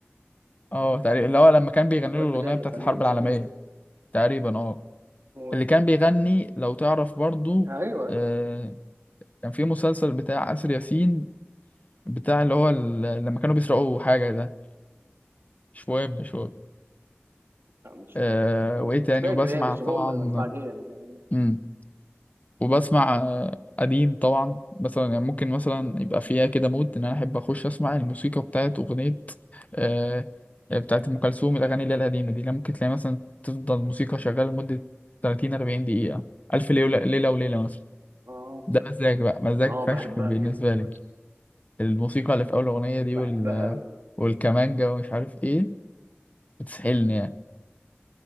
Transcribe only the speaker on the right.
الواد
بتاع المدفعجيه
مش
فاكر اسمه
ايه
ايوه أيوة.
مش
مم،
مش
فاكر
يعني بس
هو من المدفعجيه انا فاكر
اه
اه
بحبها
جدا بويز
بحبها
قوي